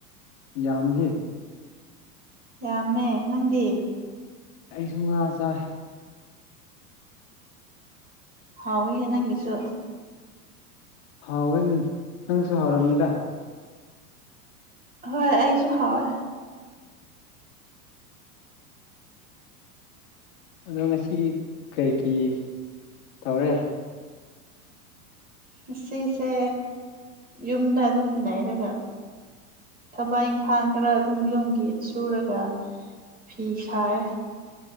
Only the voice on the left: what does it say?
ꯌꯥꯝꯃꯤꯍꯦ
ꯑꯩꯁꯨ ꯉꯥ ꯆꯥꯏ
ꯍꯥꯎꯋꯦ ꯎꯝ ꯅꯪꯁꯨ ꯍꯥꯎꯔꯝꯅꯤꯗ
ꯑꯗꯣ ꯉꯁꯤ ꯀꯩ ꯀꯩ ꯇꯧꯋꯦ